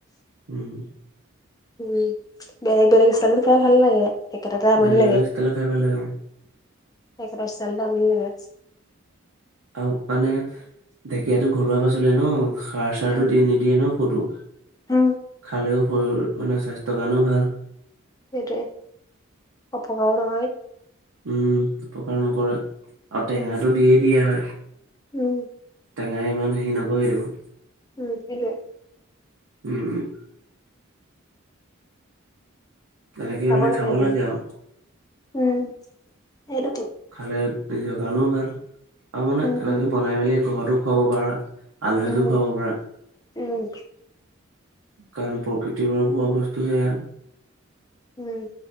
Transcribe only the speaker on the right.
উম
বেলেগ
বেলেগ ষ্টাইলট খাই ভাল লাগে
আৰু মানে ঢেকীয়াতো ঘৰুৱা পাচলি ন সাৰ চাৰটো
দি নি দিয়ে ন ক'তো
খালেও শৰীৰ মানে স্বাস্থ্যৰ কাৰণেও ভাল
উম উপকাৰ নকৰে আৰু টেঙাটো
দিয়ে দিয়া হয়।
টেঙাই ইমান হেৰি নকৰে দেখোন।
উম তেনেকে
মানে
আৰু
খালে নিজৰ কাৰণেও ভাল আৰু মানে
এনেকে বনাই মেলি ঘৰতো খুৱাব পাৰা। আলহীকো
খুৱাব পাৰা।
কাৰণ প্ৰকৃতিৰ পৰা পোৱা বস্তু সেয়া।